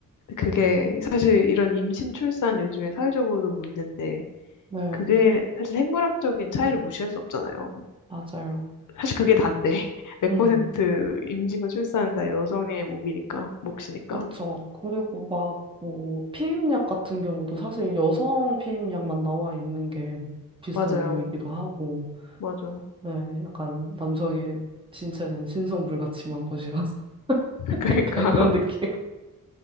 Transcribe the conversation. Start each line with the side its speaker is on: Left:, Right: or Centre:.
Left: 근데 그게 사실 이런 임신 출산 요즘에 사회적으로도 문제인데
Right: 네,
Left: 그게 사실 생물학적인 차이를 무시할 수 없잖아요.
Right: 맞아요.
Left: 사실 그게 단데 <laughs> 100%
Right: 음,
Left: 임신과 출산은 다 여성의 몫이니까 몫이니까
Right: 그쵸. 그리고 막 뭐 피임약 같은 경우도 사실 여성 피임약만 나와 있는 게뭐 비슷한
Left: 맞아요.
Right: 이유이기도 하고,
Left: 맞아.
Right: 네, 약간 남성의 신체는 신성불가침한 것이라서 <laughs>
Left: <laughs> 그러니까
Right: 약간 이런 느낌.